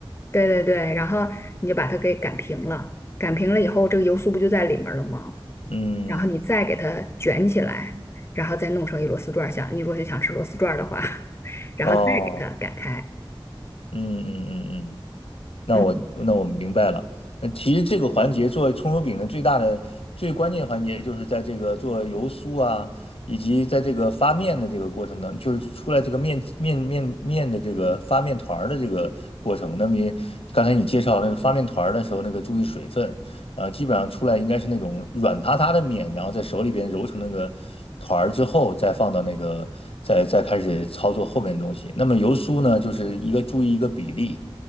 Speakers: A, on the left; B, on the left.
A: 对对对，然后你就把它给擀平了，擀平了以后，这个油酥不就在里面了吗？
B: 嗯
A: 然后你再给它卷起来，然后再弄成一螺丝转儿。像你如果想吃螺丝转儿的话，<laughs> 然后再给它擀开。
B: 哦，嗯嗯嗯嗯，那我那我明白了。
A: 嗯，
B: 那其实这个环节做葱油饼的最大的最关键环节，就是在这个做油酥啊，以及在这个发面的这个过程当中，就是出来这个面面面面的这个发面团儿的这个过程。那么也刚才你介绍那是发面团儿的时候，那个注意水分，呃，基本上出来应该是那种软塌塌的面，然后在手里边揉成那个团儿之后，再放到那个再再开始操作后面的东西。那么油酥呢，就是一个注意一个比例。